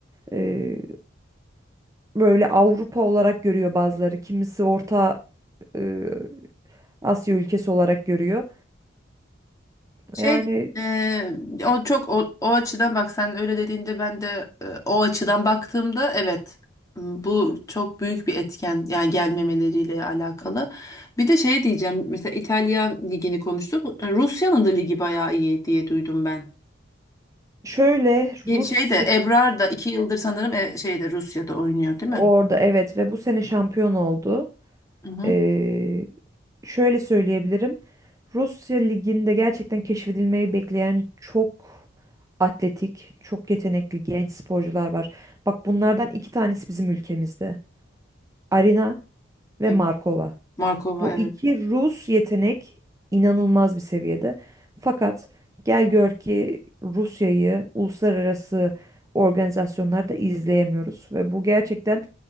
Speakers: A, on the right; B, on the left.
A: e, böyle Avrupa olarak görüyor bazıları. Kimisi Orta e, Asya ülkesi olarak görüyor.
B: Şey
A: Yani
B: e, o çok o, o açıdan bak sen öyle dediğinde ben de e, o açıdan baktığımda evet m, bu çok büyük bir etken yani gelmemeleriyle alakalı. Bir de şey diyeceğim mesela İtalya ligini konuştuk. E, Rusya'nın da ligi bayağı iyi diye duydum ben.
A: şöyle
B: E,
A: Rusya
B: Şey de Ebrar da iki yıldır sanırım e, şeyde Rusya'da oynuyor değil mi?
A: orada evet ve bu sene şampiyon oldu.
B: Hı hı.
A: Ee, şöyle söyleyebilirim. Rusya liginde gerçekten keşfedilmeyi bekleyen çok atletik, çok yetenekli genç sporcular var. Bak bunlardan iki tanesi bizim ülkemizde. Arina ve
B: Evet.
A: Markova.
B: Markova
A: Bu
B: evet.
A: iki Rus yetenek inanılmaz bir seviyede. Fakat gel gör ki Rusya'yı uluslararası organizasyonlarda izleyemiyoruz ve bu gerçekten